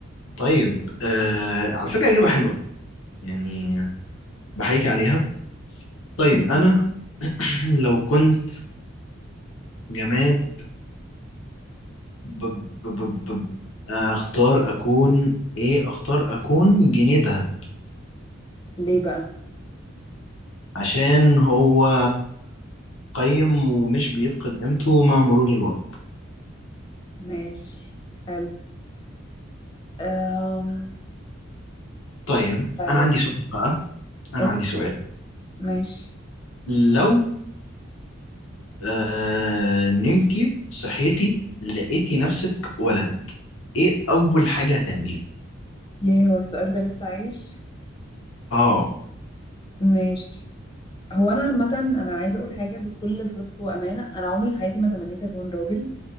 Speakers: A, on the left; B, on the left.
A: طيب آه، على فكرة إجابة حلوة يعني بحيك عليها طيب
B: مم.
A: أنا <clears throat> لو كنت جماد بب بب بب. بب. اختار اكون ايه اختار اكون جنيه ذهب
B: ليه بقى
A: عشان هو قيم ومش بيفقد قيمته مع مرور الوقت
B: ماشي حلو أم...
A: طيب
B: طيب
A: انا عندي سؤال بقى انا
B: اسم
A: عندي سؤال
B: ماشي
A: لو آه نمتي صحيتي لقيتي نفسك ولد ايه اول حاجة هتعمليها
B: ياه هو السؤال ده لسه عايش
A: اه
B: ماشي هو انا عامة انا عايزة اقول حاجة بكل صدق وامانة انا عمري في حياتي ما تمنيت اكون راجل